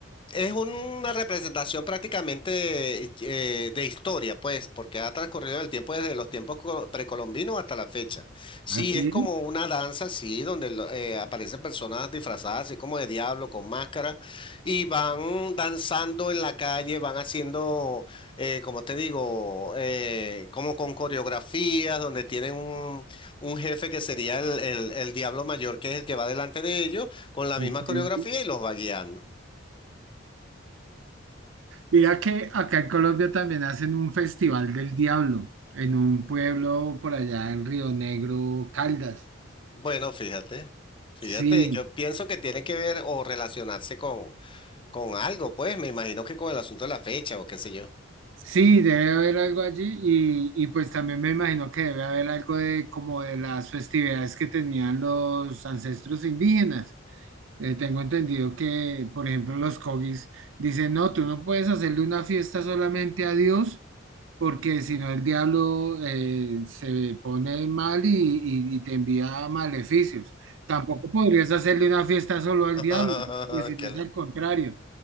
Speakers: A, on the left; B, on the right.
A: es una representación prácticamente eh, de historia, pues, porque ha transcurrido el tiempo desde los tiempos co- precolombinos hasta la fecha. Sí,
B: Así,
A: es como una danza, sí, donde lo- eh, aparecen personas disfrazadas, así como de diablo, con máscara, y van danzando en la calle, van haciendo, eh, como te digo, eh, como con coreografías, donde tienen un, un jefe que sería el, el el diablo mayor, que es el que va delante de ellos, con la
B: qué
A: misma
B: interesante.
A: coreografía y los va guiando.
B: Mira que acá en Colombia también hacen un festival del diablo en un pueblo por allá en Río Negro, Caldas.
A: Bueno, fíjate, fíjate,
B: Sí,
A: yo pienso que tiene que ver o relacionarse con, con algo, pues me imagino que con el asunto de la fecha o qué sé yo.
B: sí, debe haber algo allí y, y pues también me imagino que debe haber algo de como de las festividades que tenían los ancestros indígenas. Eh, tengo entendido que, por ejemplo, los cogis dicen, no, tú no puedes hacerle una fiesta solamente a Dios, porque si no el diablo eh, se pone mal y, y- y te envía maleficios. Tampoco podrías hacerle una fiesta solo
A: <laughs>
B: al diablo, pues si no
A: Qué,
B: es
A: lo-
B: al contrario.